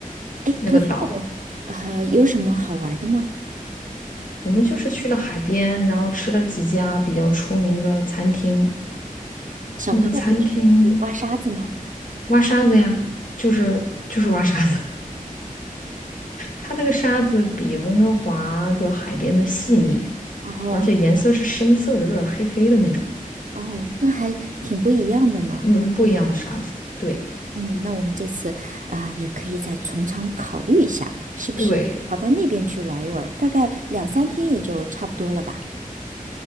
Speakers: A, on the right; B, on the left.
A: 哎，
B: 那个岛，
A: 头先我呃有什么好玩的吗？
B: 我们就是去了海边，然后吃了几家比较出名的餐厅，
A: 小朋友就是挖沙子吗？
B: 那个餐厅挖沙子呀，就是就是挖沙子。它那个沙子比温哥华的海边的细腻，
A: 然后
B: 而且颜色是深色的，有点黑黑的那种。
A: 哦，那还挺不一样的呢。
B: 嗯，不一样的沙子。对
A: 嗯，那我们这次啊、也可以再从长考虑一下，是不是跑到那边去玩一玩？
B: 对，
A: 大概两三天也就差不多了吧。